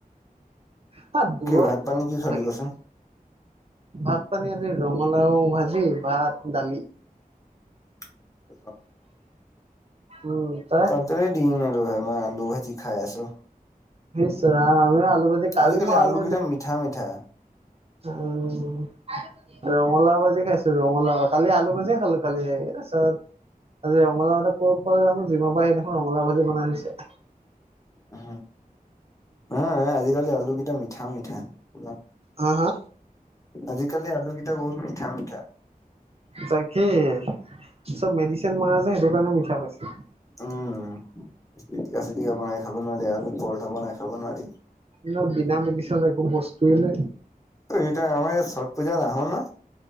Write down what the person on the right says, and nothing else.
ন, দূৰত
লাগে।
ভাত পানী আজি ৰঙালাও ভাজি, ভাত, দালি
উম তই
নিশ্চয় আমি আলুবাজি কালি
মই আলু ভাজি
উ, ৰঙালাও ভাজি খাইছো ৰঙালাও কালি আলু ভাজিয়ে খালো কালি তাৰপাছত আজি ৰঙলাও এটা ক'ৰ পৰাল জানো যিমান পাৰে সেই দেখোন ৰঙালও ভাজি বনাই থৈছে।
হা, হা?
তাকে চব মেডিচিন মাৰা যে সেইটো কাৰণে মিঠা পাইছো।
ন, বিনা মেডিচন একো বস্তুৱে নাই।